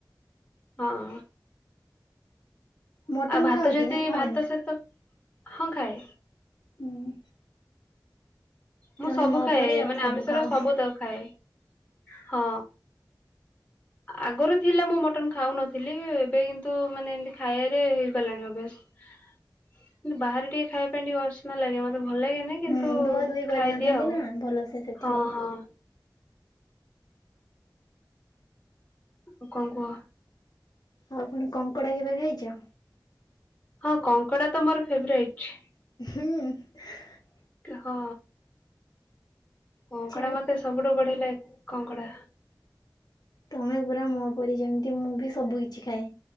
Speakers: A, on the left; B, on the left.
A: ହଁ।
B: ମଟନ
A: ଆଉ ଭାତ
B: ଖାଅ
A: ଯଦି,
B: କି ନା ଖାଅନି?
A: ଭାତ ସହିତ, ହଁ ଖାଏ।
B: ହୁଁ।
A: ମୁଁ
B: ତମେ
A: ସବୁ
B: ମୋ
A: ଖାଏ
B: ପରି ଆଉ
A: ।ମାନେ
B: ସବୁ
A: ଆମିଷର
B: ଖାଅ
A: ସବୁ
B: ହୁଁ
A: ତ ଖାଏ। ହଁ। ଆଗରୁ ଥିଲା ମୁଁ ମଟନ୍ ଖାଉନଥିଲି। ଏବେ କିନ୍ତୁ, ମାନେ ଏମିତି ଖାଇବାରେ ହେଇଗଲାଣି, ଅଭ୍ୟାସ। କିନ୍ତ ବାହାରେ ଟିକେ ଖାଇବା ପାଇଁ, ଟିକେ ଅସନା ଲାଗେ ମତେ । ଭଲ ଲାଗେନି, କିନ୍ତୁ
B: ହୁଁ ଧୁଆ ଧୁଇ କରିନଥାନ୍ତି
A: ଖାଇଦିଏ ଆଉ।
B: ନା ଭଲସେ ସେଥିଲାଗି।
A: ହଁ, ହଁ। ଆଉ କଣ, କୁହ?
B: ଆଉ କଣ, କଙ୍କଡା କେବେ ଖାଇଛ?
A: ହଁ, କଙ୍କଡା ତ ମୋର ଫେବରାଇଟ୍।
B: ହୁଁ।
A: ହଁ ।କଙ୍କଡା
B: ଆଛା
A: ମତେ ସବୁଠୁ ବଢିଆ ଲାଗେ। କଙ୍କଡ଼ା।
B: ତମେ ପୁରା ମୋ ପରି ।ଯେମତି ମୁଁ ବି ସବୁ କିଛି ଖାଏ।